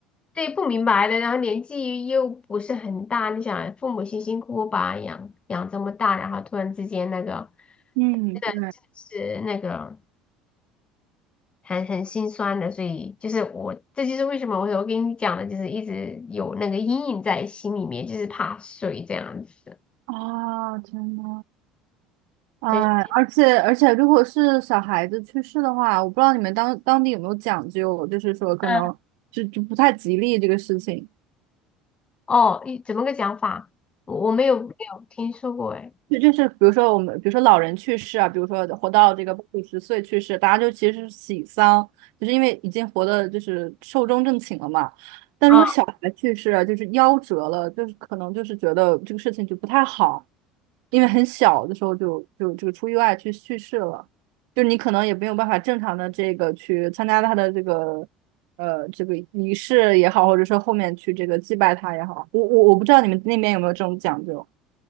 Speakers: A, on the left; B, on the right.
A: 对，不明白的，然后年纪又不是很大，你想父母辛辛苦苦把他养养这么大，然后突然之间那个，
B: 嗯，
A: 真的是那个
B: 对。
A: 很很心酸的，所以就是我，这就是为什么我我跟你讲的，就是一直有那个阴影在心里面，就是怕水这样子。
B: 啊，天呐。哎，
A: 就是
B: 而且而且，如果是小孩子去世的话，我不知道你们当当地有没有讲究，就是说可能就就不太吉利这个事情。
A: 嗯，哦，一怎么个讲法？我我没有没有听说过哎。
B: 对，就是比如说我们，比如说老人去世啊，比如说活到这个八九十岁去世，大家就其实是喜丧，就是因为已经活的就是寿终正寝了嘛。但如果小孩去世啊，
A: 嗯
B: 就是夭折了，就是可能就是觉得这个事情就不太好，因为很小的时候就就就出意外去去世了，就是你可能也没有办法正常的这个去参加他的这个呃这个仪式也好，或者说后面去这个祭拜他也好，我我我不知道你们那边有没有这种讲究。